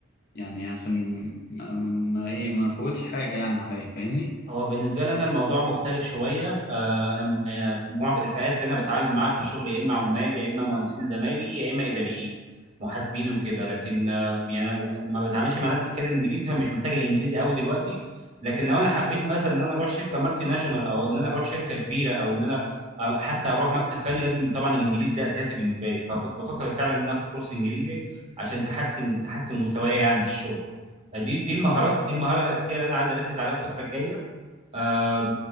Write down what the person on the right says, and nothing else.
هو بالنسبه لي انا الموضوع مختلف شويه آه انا آه معظم الفئات اللي انا بتعامل معاها في الشغل يا اما عمال يا اما مهندسين زمايلي يا اما اداريين محاسبين وكده لكن آه يعني أنا ما بتعاملش مع ناس بتتكلم انجليزي فمش محتاج الانجليزي قوي دلوقتي لكن لو انا حبيت مثلا ان انا اروح شركه مالتي ناشونال او ان انا اروح شركه كبيره او ان انا آه حتى اروح مكتب فني لازم طبعا الانجليزي ده اساسي بالنسبه لي فكنت بفكر فعلا ان أنا اخد كورس انجليزي عشان تحسن تحسن مستواي يعني في الشغل دي دي المهارات
دي المهاره الاساسيه اللي انا عايز اركز عليها الفتره الجايه آه